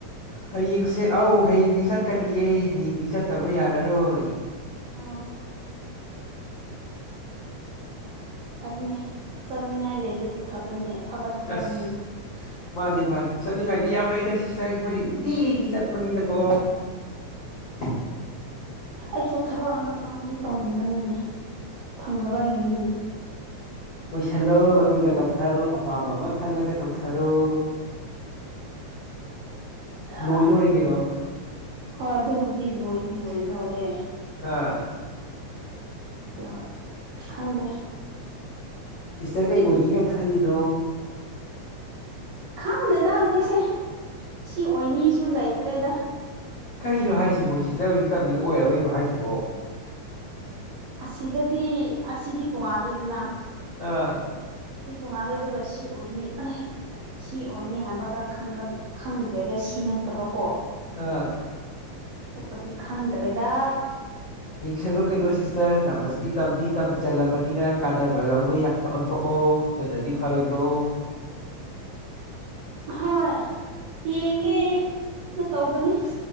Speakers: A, on the left; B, on the right.
A: ꯍꯌꯦꯡꯁꯦ ꯑꯧ ꯍꯌꯦꯡꯗꯤ ꯆꯠꯀꯅꯤꯌꯦ ꯍꯌꯦꯡꯗꯤ ꯆꯠꯇꯕ ꯌꯥꯔꯔꯣꯏ꯫
B: ꯑꯣ ꯐꯩꯅꯦ ꯆꯠꯅꯤꯡꯉꯥꯏ ꯂꯩꯕꯗꯤ ꯐꯕꯅꯦ꯫ ꯐꯕ ꯊꯕꯛꯅꯤꯅꯦ
A: ꯑꯁ ꯃꯥꯅꯦ- ꯃꯥꯅꯦ ꯆꯠꯅꯤꯡꯉꯥꯏꯗꯤ ꯌꯥꯝ ꯂꯩꯗ ꯁꯤꯁꯇꯔꯒꯤ ꯑꯩꯈꯣꯏꯗꯤ ꯅꯨꯡꯇꯤꯒꯤ ꯆꯠꯄꯅꯤꯅꯀꯣ꯫ <inaudible>
B: ꯑꯩꯁꯨ ꯊꯕꯛ ꯑꯃꯇꯪꯗꯤ ꯇꯧꯅꯤꯡꯕꯅꯤꯅꯦ ꯐꯪꯗꯕꯒꯤꯅꯤꯅꯦ꯫
A: ꯂꯣꯏꯁꯤꯜꯂꯣ ꯑꯗꯨꯒ ꯇꯧꯊꯔꯣ ꯑꯄꯥꯝꯕ ꯑꯃ ꯈꯜꯂꯒ ꯇꯧꯊꯔꯣ꯫ <inaudible> ꯂꯣꯏꯗꯣꯔꯦ
B: ꯑ
A: ꯀꯩꯅꯣ
B: ꯍꯣꯏ ꯑꯗꯨꯕꯨꯗꯤ ꯂꯣꯏꯗꯤ ꯂꯣꯏꯗꯣꯔꯦ꯫
A: ꯑꯥ
B: ꯑꯗꯣ ꯈꯪꯗꯦ꯫
A: ꯁꯤꯁꯇꯔ ꯀꯩ ꯑꯣꯏꯒꯦ ꯀꯥꯏ ꯈꯜꯂꯤꯅꯣ?
B: ꯈꯪꯗꯦꯗ ꯍꯧꯖꯤꯛꯁꯦ ꯁꯤ ꯑꯣꯏꯅꯤꯁꯨ ꯂꯩꯇ꯭ꯔꯦꯗ꯫
A: ꯀꯔꯤꯅꯣ ꯍꯥꯏꯁꯤꯕꯣ ꯁꯤꯁꯇꯔ ꯍꯧꯖꯤꯛ ꯇꯝꯃꯤꯗꯣ ꯑꯣꯏꯔꯔꯣꯏꯗ꯭ꯔꯣ ꯍꯥꯏꯁꯤꯕꯣ꯫
B: ꯑꯁꯤꯗꯗꯤ ꯑꯁꯤꯗꯤ ꯇꯣꯉꯥꯜꯂꯦꯗꯅ꯫
A: ꯑꯥ
B: ꯁꯤ ꯇꯣꯡꯉꯥꯜꯂꯦ ꯑꯗꯨꯒ ꯁꯤ ꯑꯣꯏꯅꯤ ꯁꯤ ꯑꯣꯏꯅꯤ ꯍꯥꯏꯕꯒꯕ ꯈꯪꯕ- ꯈꯪꯗ꯭ꯔꯦꯗ ꯁꯤ ꯅꯠꯇꯕꯀꯣ꯫
A: ꯑꯥ
B: ꯑꯇꯣꯞꯄꯗꯤ ꯈꯪꯗ꯭ꯔꯦꯗ꯫
A: ꯌꯦꯡꯁꯜꯂꯣ ꯀꯩꯅꯣ ꯁꯤꯁꯇꯔ ꯇꯝꯃꯗꯤ ꯇꯝꯗꯤ- ꯇꯝꯁꯤꯜꯂꯕꯅꯤꯅ ꯀꯥꯟꯅꯕ ꯂꯧꯕ ꯌꯥ ꯑꯣꯟꯊꯣꯛꯑꯣ ꯑꯗꯨꯅꯗꯤ ꯐꯔꯣꯏꯗ꯭ꯔꯣ
B: ꯍꯣꯏ ꯌꯦꯡꯉꯦ-ꯅ ꯇꯧꯕꯅꯤ꯫